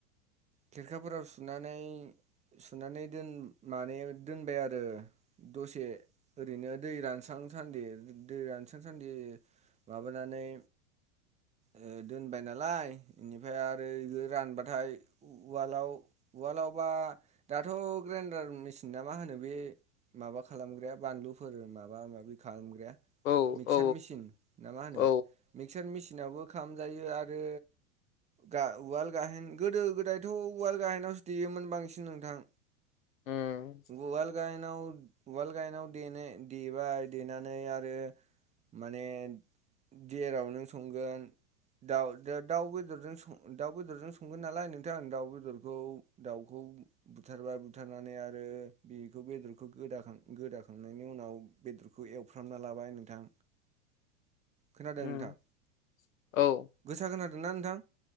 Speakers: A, on the right; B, on the left.
A: खेरखाफोराव सुनानै सुनानै दोन माने दोनबाय आरो दसे ओरैनो दै रानस्रां स्रां सान्दि दै रानस्रां सान्दि माबानानै ओ दोनबाय नालाय बेनिफ्राय आरो बे रानबाथाय उवालाव उवालावबा दाथ' ग्राइन्डार मेसिन ना मा होनो बे माबा खालामग्राया बानलुफोर माबा माबि खालामग्राया मिक्चार
B: औ औ
A: मिसिन ना मा होनो
B: औ
A: मिक्चार मेसिन नावबो खालामामजायो आरो गा- उवाल गाहेन गोदो गोदायथ' उवाल गाहेनावसो देयोमोन बांसिन नोंथां।
B: उम
A: उवाल गाइनाव उवाल गाइनाव देनै- दबाय देनानै आ रो माने जेरावनो संगोन दाउ द- दाउ बेदरजों दाउ बेदरजों संगोन नालाय नोंथाङा आं दाउ बेदरखौ दाउखौ बुथारबाय बुथारनानै आरो बेखौ बेदरखौ गोदाखां गोदाखांनायनि उनाव बेदरखौ एवफ्राम लाबाय नोंथां। खोनादों
B: उम
A: नोंथां?
B: औ
A: गोसा खोना दोंना नोंथां?